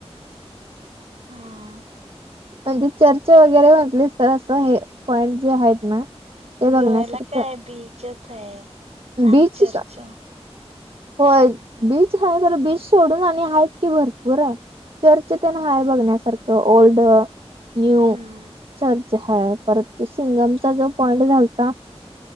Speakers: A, on the right; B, on the right.
A: हां.
B: म्हणजे चर्चा वगैरे म्हटलीस तर असं हे पॉईंट जे आहेत ना. ते
A: गोव्याला
B: बघण्यासारखं
A: काय बीचच आहे आणि
B: बीच
A: चर्च.
B: होय बीच आहे बरं बीच सोडून आणि आहेत की भरपूर आहे. चर्च पण हाय बघण्यासारखं ओल्ड न्यू
A: हम्म
B: चर्च हाय परत तो सिंगमचा जो पॉइंट झालता